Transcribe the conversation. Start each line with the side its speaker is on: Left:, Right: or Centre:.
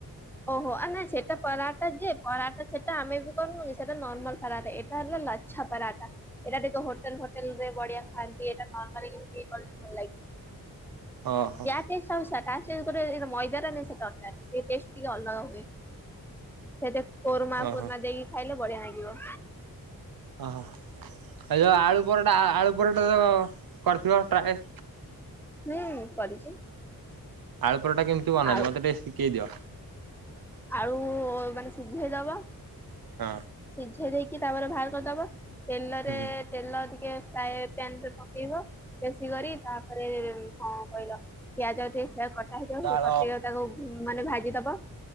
Centre: ଓହୋ ନାଇ ସେଟା ପରରାଟା ଯେ ପରରାଟା ସେଟା ଆମେ ବି କରୁନୁକି ସେଟା ନରର୍ମାଲ ପରାଟା ଏଇଟା ହେଲା ଲାଛା ପରାଟା ଏଇଟା ଦେଖ ହୋଟେଲ ଫୋଟେଲ ରେ ବଢିଆ ଖାଆନ୍ତି ଏଇଟା ନରର୍ମାଲରେ କଲେ ଭଲ ଲାଗିବ।
Right: ଓହୋ
Centre: ଏହା ଟେଷ୍ଟେ ସା। <unintelligible> <unintelligible> ମଇଦା ନା ସେ ତରକାରୀ ଟେଷ୍ଟ। ଟିକିଏ ଅଲଗା ହୁଏ ସେତ କୋର୍ମା
Right: ଓହୋ
Centre: କୋର୍ମା ଦେଇକି ଖାଇଲେ ବଢିଆ ଲାଗିବ।
Right: ଓହୋ ଏ ଯୋଉ ଆଳୁ ପରଟା ଆଳୁ ପରଟା ଓଃ ତ କରିଥିବ ଟ୍ରାଏ?
Centre: ହୁଁ କରିଛି।
Right: ଆଳୁପରଟା କେିତି ବନାନ୍ତି
Centre: ଆଳୁ
Right: ମତେ ଟିକେ ଶିଖେଇ ଦିଅ।
Centre: ଆଳୁ ମାନେ ସିଝେଇଦବ।
Right: ହଁ
Centre: ସିଝେଇ ଦେଇ କି ତାପରେ ବାହାର କରିଦବ। ତେଲରେ
Right: ହୁଁ
Centre: ତେଲ ଟିକେ ପ୍ରାୟ ପ୍ୟାନ ରେ ପକେଇବ ବେଶୀ କରି ତାପରେ ଉ କହିଲ ପିଆଜଠ ସେ କଟା ହେଇଥିବ
Right: ତାଳ
Centre: କଟେଇ ତାକୁ ମାନେ ଭାଜିଦବ।